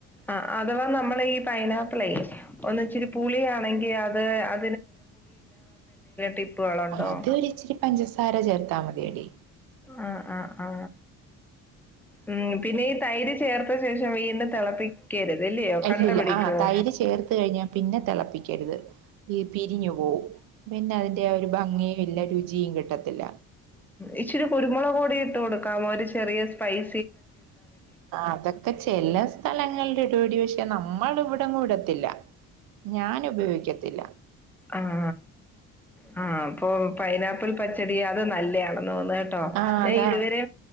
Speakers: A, in the centre; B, on the right (about 85°).
A: ആ അഥവാ നമ്മൾ ഈ പൈനാപ്പിളേ ഒന്നിച്ചിരി പൂളിയാണെങ്കിൽ അത് അ ടിപ്പുകളുണ്ടോ
B: അതൊരിച്ചിരി പഞ്ചസാര ചേർത്താ മതിയെടി
A: ആ ആ ആ ഉം പിന്നെ ഈ തൈര് ചേർത്ത ശേഷം വീണ്ടും തിളപ്പിക്കരുത് ഇല്ലയോ
B: അല്ലല്ല
A: കട്ട പിടിക്കുവോ
B: ആ തൈര് ചേർത്ത് കഴിഞ്ഞാ പിന്നെ തിളപ്പിക്കരുത് ഈ പിരിഞ്ഞു പോവും പിന്നെ അതിന്റെ ആ ഒരു ഭംഗിയും ഇല്ല രുചിയും കിട്ടത്തില്ല
A: ഇച്ചിരി കുരുമുളക് പൊടി ചേർക്കാമോ ഒരു ചെറിയ സ്‌പൈസി
B: അതൊക്കെ ചെല സ്ഥലങ്ങളിൽ ഇടോടി പക്ഷെ നമ്മൾ ഇവിട കൂടത്തില്ല ഞാൻ ഉപയോഗിക്കത്തില്ല
A: ആഹ് ആ ആഹ് അപ്പൊ പൈനാപ്പിൾ പച്ചടി അത് നല്ലയാണെന്ന് തോന്നുന്നു കേട്ടോ
B: ആഹ്
A: ഞാൻ
B: അതാ
A: ഇതുവരെ